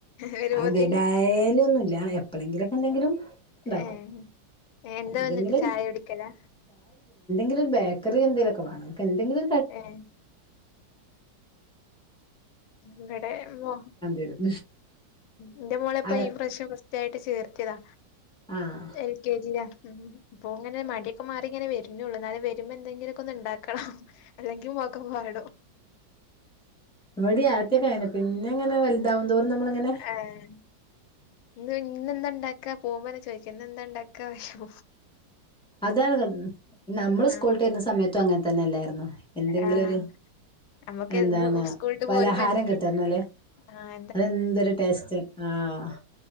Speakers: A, on the left; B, in the centre.
A: വരുമ്പോത്തിന്
B: അത് ഡയലി ഒന്നുല്ല എപ്പളെങ്കിലൊക്കെ എന്തെങ്കിലും ഇണ്ടാക്കും
A: ഏഹ് എന്താ
B: എന്തെങ്കിലും
A: വന്നിട്ട് ചായ കുടിക്കലാ?
B: ലും ബേക്കറി എന്തേലൊക്കെ വാണോ എക്കന്തെങ്കിലു
A: ഏഹ് ഇവടെ <unintelligible> ഉ
B: വരും
A: ഇന്റെ മോളെ പ്പെ
B: അവ
A: ഈ പ്രാവശ്യം ഫസ്റ്റായിട്ട് ചേർത്തിതാ
B: ആഹ്
A: എൽ കെ ജിയാ ഉം ഇപ്പോ ഇങ്ങനെ മട്യക്കെ മാറിങ്ങനെ വരുന്നൊള്ളൂ ബന്നാലു വരുമ്പോ എന്തെങ്കിലെക്കെ ഒന്ന് ഉണ്ടാക്കണം അല്ലെങ്കി പോക്കപ്പ് പറ്യടോ
B: ഇവടി ആത്ത്യൊക്കെ അങ്ങനെ. പിന്നെ ഇങ്ങനെ വല്താവുതോറും നമ്മളങ്ങനെ.
A: ഏഹ് ഇന്ന് ഇന്നെന്താ ഇണ്ടാക്കാ പോകുമ്പന്നെ ചോ
B: അതാണ് നമ്മള് സ്കൂള്ട്ട്
A: ആഹ്
B: വരുന്ന സമയത്തും അങ്ങനെ തന്നെ അല്ലേര്ന്നൊ എന്തെങ്കിലും
A: ആഹ്
B: ഒരു
A: നമ്മക്ക്
B: എന്താണ്
A: ഇന്ന് സ്കൂളിട്ട്
B: പലഹാരം
A: പോരുമ്പോ എന്തെങ്കിലും
B: കിട്ടന്ന്ല്ലേ
A: ആഹ്
B: അതെന്തരു ടേസ്റ്റ് ആഹ്